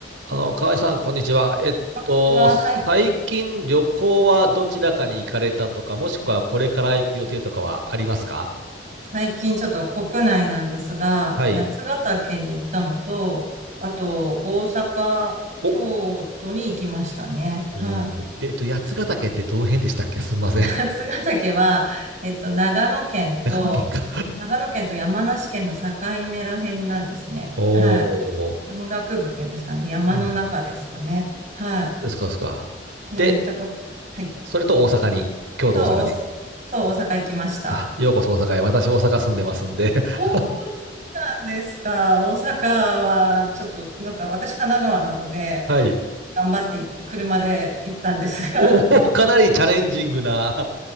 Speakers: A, on the right (about 85°); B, on the right (about 40°).
A: あの、河合さん、こんにちは。えっと、
B: こんにちは、
A: 最近旅行はどちらかに行かれたとか、
B: はい。
A: もしくはこれから行く予定とかはありますか
B: 最近ちょっと国内なんですが、
A: はい。
B: 八ヶ岳に行ったのと、あと大阪、
A: お、
B: 京都に行きましたね。
A: おー、
B: は
A: えっと、八ヶ岳ってどの辺でしたっけすみません。
B: い。<laughs>
A: <laughs>
B: 八ヶ岳は、えっと、長野県と、
A: 長野県か。
B: 長野県と山梨県の境目らへんなんですね。
A: お
B: はい。
A: ー、
B: 山岳部っていうんですかね。山の中ですかね。
A: はい。
B: は
A: ですか、ですか。
B: い。えー行ったこと、
A: で、
B: はい。
A: それと大阪に、京都大阪に。
B: そう、おそう、大阪行きました。
A: あ、ようこそ大阪へ。私、大阪住んでますんで。<laughs>
B: おー、そうなんですか。大阪は、ちょっと、なんか私神奈川なので、
A: はい。
B: 頑張ってい車で行ったんですが。
A: <laughs> おー、かなりチャレンジングな